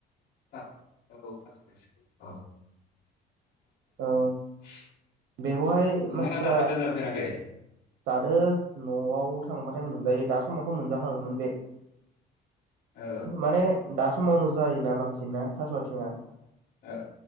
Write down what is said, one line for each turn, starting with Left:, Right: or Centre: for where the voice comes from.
Left: <unintelligible> <inaudible>
Right: औ बेखौहाय
Left: नोंथाङा
Right: मानसिफोरा
Left: जाफेरदों जाफेराखै
Right: जादो न'आव थांबाथाय मोनजायो दा समावथ' मोनजाखागोमोन बे
Left: औ
Right: माने दा स समावनो जायोना बांसिन ना थास' आथिङा।
Left: औ